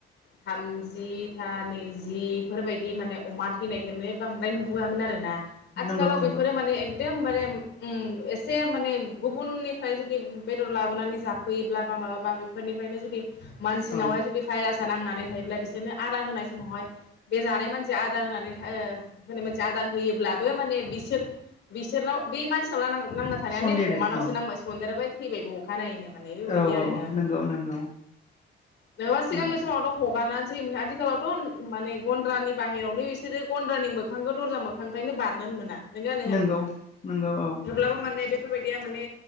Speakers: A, on the left (about 70°); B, on the left (about 35°).
A: थामजि था नैजि बेफोरबायदि माने अमा थैनायखोननो बांद्राय नुबोयामोन आरो ना आथिखालाव
B: नंगौ नंगौ
A: बेफोरो माने एकदमबा रेम उम एसे माने गुबुननि फ्राय जुदि बेदर लाबोनानै जाफैयोब्ला बा माबाबा बेफोरनिफ्रायनो जुदि मानसिनावहाय
B: औ
A: जुदि भाइरास सा नांनानै थायोब्ला बिसोरनो आदार होनाय समावहाय बे जानाय मानसिया आदार होनानै ओ होनाय मानसि आदार होयोब्लाबो माने बिसोर बिसोरनाव बे मानसिनाव नाना नांना थानायानो
B: सन्देरो
A: अमानावसो
B: औ
A: नांबाय। <unintelligible> थैबायबो अखानायैनो। माने बेबायदि
B: औ
A: आरो
B: औ
A: ना उम
B: नंगौ नंगौ
A: नोङाबा सिगांनि
B: औ
A: समावथ' हगारनानस- जिमोन आथिखालावथ' माने गन्द्रानि बाहेरावनो बिसोरो गन्द्रानि मोखांखौ दरजा मोखांनिफ्रायनो बारनोनो मोना नोंगो नोंगो
B: नंगौ
A: नोंथां
B: नंगौ औ
A: थेवब्लाबो माने बे फोरबायदिया माने